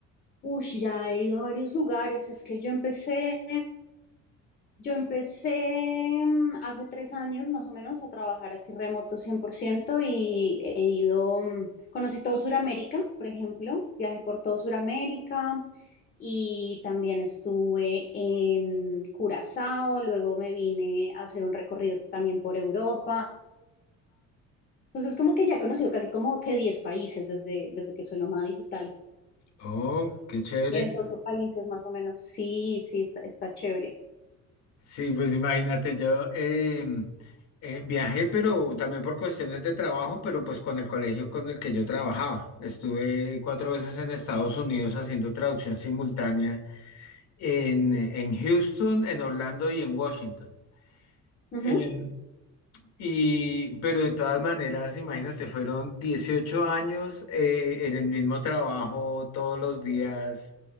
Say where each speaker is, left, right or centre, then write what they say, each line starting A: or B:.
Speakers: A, on the left; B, on the left.
A: Uy, ya he ido a varios lugares. Es que yo empecé, yo empecé mm, hace tres años más o menos a trabajar así remoto 100% y he ido, mm, conocí todo Sudamérica, por ejemplo, viajé por todo Sudamérica y también estuve en Curazao, luego me vine a hacer un recorrido también por Europa. Entonces, como que ya he conocido casi como que 10 países desde, desde que soy nómada digital.
B: Oh, qué chévere.
A: 10, 12 países más o menos. Sí, sí, está, está chévere.
B: Sí, pues imagínate, yo eh, eh, viajé, pero también por cuestiones de trabajo, pero pues con el colegio con el que yo trabajaba. Estuve cuatro veces en Estados Unidos haciendo traducción simultánea en, en Houston, en Orlando y en Washington.
A: Ujú,
B: Eh, y, pero de todas maneras, imagínate, fueron 18 años eh, en el mismo trabajo, todos los días,